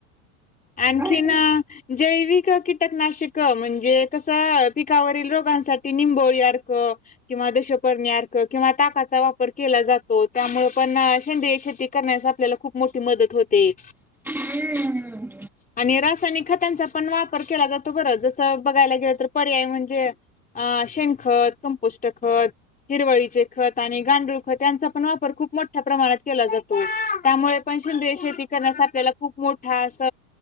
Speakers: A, on the left (about 20°); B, in the centre.
A: आणखीन
B: आहे का
A: जैविक कीटकनाशक म्हणजे कसं पिकावरील रोगांसाठी निंबोळी अर्ख किंवा दशपर्णी अर्क किंवा ताकाचा वापर केला जातो, त्यामुळे पण सेंद्रिय शेती करण्याचा आपल्याला खूप मोठी मदत होते.
B: हम्म.
A: आणि रासायनिक खतांचा पण वापर केला जातो बरं, जसं बघायला गेलं तर पर्याय म्हणजे अ शेणखत, कंपोष्ट खत हिरवळीचे खत आणि गांडूळ खत यांचा पण वापर खूप मोठ्या प्रमाणात केला जातो. त्यामुळे पण शेंद्रिय शेती करण्यास आपल्याला खूप मोठा अस